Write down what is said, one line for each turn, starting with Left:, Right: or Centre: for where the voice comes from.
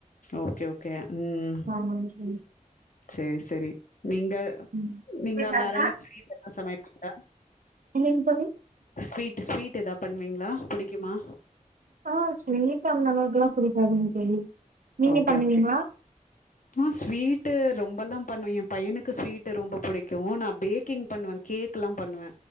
Left: ஓகே ஓகே ம்
Right: ஆமாங்க தோழி.
Left: செரி செரி நீங்க
Right: ம்.
Left: நீங்க வேற என்ன ஸ்வீடல்லா சமைப்பீங்களா
Right: இல்லைங் தோழி
Left: ஸ்வீட் ஸ்வீட் எதா பண்ணுவீங்களா புடிக்குமா
Right: ஆ ஸ்வீடா அந்த அளவுக்கெல்லா புடிக்காதுங்க தோழி நீங்க
Left: ஓகே,
Right: பண்ணுவீங்களா
Left: ஓகே. ஆ ஸ்வீட்டு ரொம்பல்லா பண்ணுவே எ பையனுக்கு ஸ்வீட்டு ரொம்ப புடிக்கு நா பேக்கிங் பண்ணுவே கேக் கெல்லா பண்ணுவே